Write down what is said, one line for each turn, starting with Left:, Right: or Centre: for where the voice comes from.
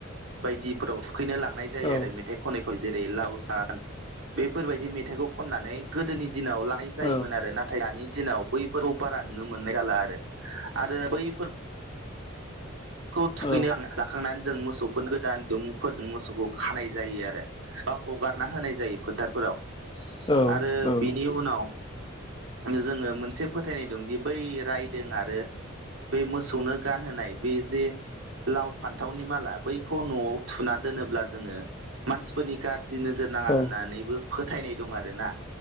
Right: बायदिफोराव थुखैनो लांनाय जायो
Left: औ
Right: आरो मेथाइ खनै खै जेरै लाव साम बेफोरबायदि मेथाइखौ खननानै गोदोनि दिनाव लाइ जायोमोन
Left: औ
Right: आरो नाथाय दानि दिनाव बैफोरखौ बारा नुनो मोननाय जाला आरो आरो बैफोर खौ थुखैनो
Left: औ
Right: ला-लाखांनानै जों मोसौफोर गोदान दिरुंफोरजों मोसौखौ खानाय जायो आरो बा हगारना होनाय जायो फोथारफोराव।
Left: औ
Right: आरो
Left: औ
Right: बिनि
Left: अ
Right: उनाव जोङो मोनसे फोथायनाय दंदि बै रायदों आरो बै मोसौनो गानहोनाय बे जे लाव फान्थावनि माला बैखौ न'आव थुना दोनोब्ला जोङो मानसिफोरनि गाज्रि नोजोर नाङा
Left: आदसा
Right: होननानैबो फोथायनाय दं आरो ना।